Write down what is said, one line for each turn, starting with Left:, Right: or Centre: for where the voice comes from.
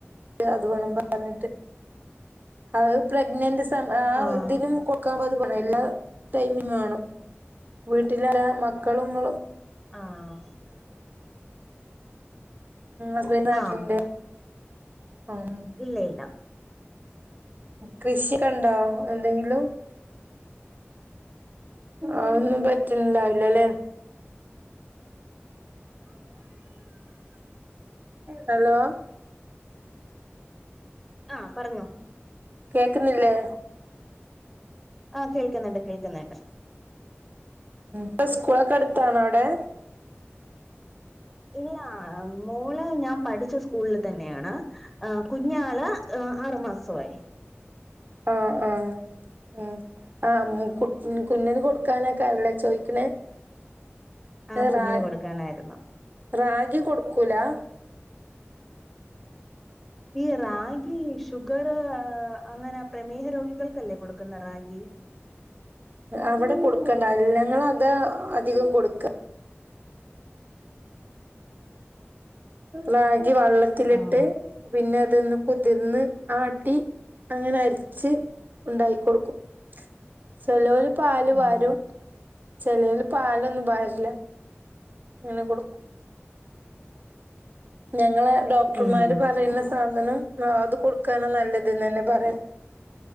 Right: അത്, വാണം, പറഞ്ഞ്ട്ട്, അത്, പ്രഗ്നന്റ്സ് ആ,
Centre: ആഹ്
Right: ഇതിനും, കൊട്ക്കാ <unintelligible> എല്ലാ, ടൈമും, വാണം, വീട്ട്ലായാ മക്കളുങ്ങളും
Centre: ആഹ്.
Right: അസ്ബന്റ്, നാട്ട്ലില്ലെ,
Centre: ആഹ്
Right: മ്.
Centre: ഇല്ല ഇല്ല
Right: കൃഷ്യൊക്കെണ്ടോ എന്തെങ്കിലും? അഒന്നും, പറ്റ്ണ്ടാവില്ലലേ? ഹലോ.
Centre: ആ പറഞ്ഞോ
Right: കേക്ക്ന്നില്ലേ
Centre: ആ, കേൾക്ക്ന്ന്ണ്ട്, കേൾക്ക്ന്ന്ണ്ട്.
Right: പ്പൊ, സ്കൂളൊക്കെ, എട്ത്താണോ, അവ്ടെ?
Centre: ഇല്ലാ മോള് ഞാൻ പഠിച്ച സ്കൂളിൽ തന്നെയാണ് കുഞ്ഞാള് ആറുമാസം സുഖായി
Right: ആ ആ ആ കുഞ്ഞന് കൊടുക്കാനൈക്കാര ല്ലെ ചോയിക്ക്ണ്
Centre: ആഹ് കുഞ്ഞിന്
Right: റാ
Centre: കൊടുക്കാനായിരുന്നു
Right: റാഗി കൊട്ക്കൂലാ
Centre: ഈ റാഗി ഷുഗർ അങ്ങനെ പ്രമേഹ രോഗികൾക്കല്ലേ കൊടുക്ക്ന്നെ റാഗി
Right: അവടെ കൊട്ക്കണ്ടാവൂല ഞങ്ങളതാ അധികം കൊട്ക്ക്അ റാഗി വള്ളത്ത്ല്ട്ട്
Centre: ആഹ്
Right: പിന്നതൊന്ന് കുതിർന്ന് ആട്ടി അങ്ങനെ അര്ച്ച് ഉണ്ടാക്കിക്കൊട്ക്കും ചെലോല് പാല്
Centre: ഉം
Right: പാരും ചിലോൽ പാലൊന്നും പാര്ല്ല ഇങ്ങനെ കൊടുക്കു
Centre: <unintelligible>
Right: ഞങ്ങള് ഡോക്ടർമാര്
Centre: ഉം
Right: പറയുന്ന സാധനം ആഹ അത് കൊടുക്കാന നല്ലത് ന്നെന്നെ പറയാ